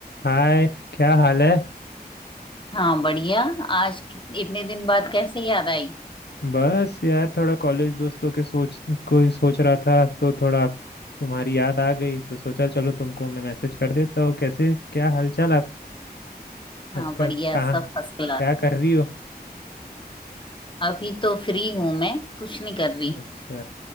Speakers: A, on the left; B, on the left.
A: हाय क्या हाल है
B: हाँ बढ़िया आज कि- इतने दिन बाद कैसे याद आई
A: बस यार थोड़ा कॉलेज दोस्तों के सोच को ही सोच रहा था तो थोड़ा तुम्हारी याद आ गई तो सोचा चलो तुमको मैं मैसेज कर देता हूँ कैसे क्या हालचाल आप
B: हाँ
A: आजकल
B: बढ़िया
A: कहाँ
B: सब फर्स्ट क्लास
A: क्या कर रही हो
B: अभी तो फ्री हूं मैं कुछ नहीं कर रही
A: अच्छा